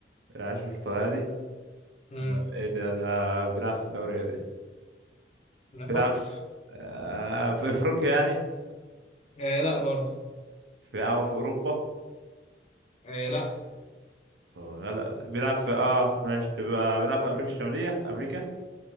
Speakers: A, on the right; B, on the left.
A: بيلعبش برتغالي
B: امم
A: امال ايه ده ده بيلعب في دوري ايه ده
B: نفكر
A: بيلعب في آه، في افريقيا يعني
B: آه لا برضه
A: في او في اوروبا
B: آه لا
A: ف- لا بيلعب في اه ماشي تبقى بيلعب في امريكا الشمالية في امريكا